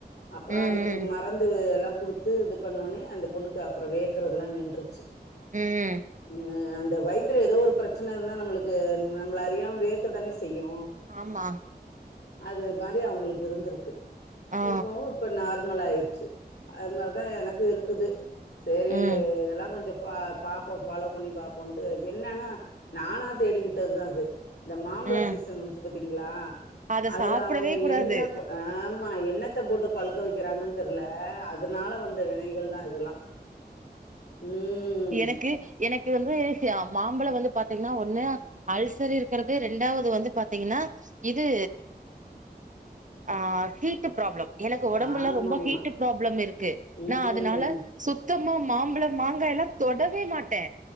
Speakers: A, on the left (about 75°); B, on the right (about 50°).
A: அப்பறோ
B: ம்
A: அதுக்கு
B: ம்
A: மறந்து எல்லா குடுத் து இது பண்ணோன்னே அந்த பொண்ணுக்கு அப்பறோ வேக்கறதுலா நின்றுச்சு
B: ம்
A: உ ம் அந்த வயித்துல ஏதோ ஒரு பிரச்சன இருந்தா நம்மளுக்கு நம்மள அறியாம வேர்க தானே செய்யு
B: ஆமா
A: அது மாரி அவுங்களுக்கு இருந்திருக்கு இருக்கு
B: ஆ
A: இருக்கவு இப்ப நார்மல் ஆயிடுச்சி அது மாரிதா எனக்கு இருக்குது சைரி
B: ம்
A: இதெல்லா கொஞ்சோ பாப் பாப்போ ஃபாலோ பண்ணி பாப்போன்ட்டு என்னன்னா நானா தேடிக்கிட்டதுதா அது இந்த மாம்பழ
B: ம்
A: சீசன் வந்துச்சு பாத்தீங்ளா
B: அத
A: அதுல
B: சாப்டவே
A: அவுங்க
B: கூடாது
A: என்ன ஆமா என்னத்த போட்டு பழுக்க வெக்கிறாங்கன்னு தெரில அதனால வந்த வினைகள் தா இதெல்லா ம்
B: எனக்கு எனக்கு வந்து மாம்பழோ வந்து பாத்தீங்கன்னா ஒன்னு அல்சர் இருக்கறது ரெண்டாவது வந்து பாத்தீங்கன்னா இது ஆ ஹீட் ப்ராப்ளம் எனக்கு ஒடம்புல
A: ஆமாமா
B: ரொம்ப ஹீட்டு ப்ராப்ளம் இருக்கு
A: ம்
B: நா அதனால சுத்தமா மாம்பழம் மாங்காயெல்லா தொடவே மாட்டே